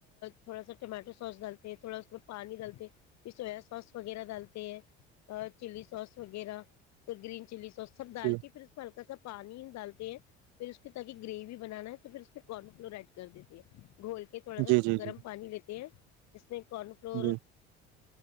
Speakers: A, on the left; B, on the right.
A: تھوڑا سا ٹمیاٹو سوس ڈالتے ہیں تھوڑا اس میں پانی ڈالتے پھر سویا سوس وغیرہ ڈالتے ہیں چلی سوس وغیرہ گرین چلی سوس سب ڈال
B: گیا۔
A: کے پھر اس <inaudible> میں ہلکا سب پانی ڈالتے ہیں پھر اس کے تاکہ گریوی بنانا ہے تو پھر اس میں کن فلور ایڈ کر دیتے ہیں گھول کے تھوڑا سا
B: جی جی
A: گرم
B: جی
A: پانی لیتے ہیں اس نے کن فلور
B: جی